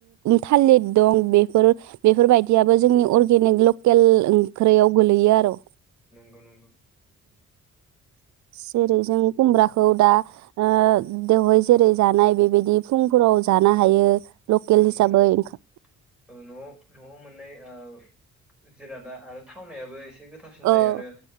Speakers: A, on the right; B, in the centre.
A: थालिर दं बेफोर बेफोरबायदियाबो जोंनि अर्गेनिक लकेल ओंख्रियाव गोलैयोआरो।
B: <unintelligible>
A: जेरै- जों खुमब्राखौ दा ओ बेवहाय जेरै- जानाय बेबायदि फुंफोराव जानो हायो। लकेल
B: नंगौ
A: हिसाबै
B: नंगौ
A: ओंखाम
B: औ न'आव न'आव मोननाय ओ। जिरादा आरो थावनायाबो एसे एसे गोथावसिन जायो
A: औ
B: आरो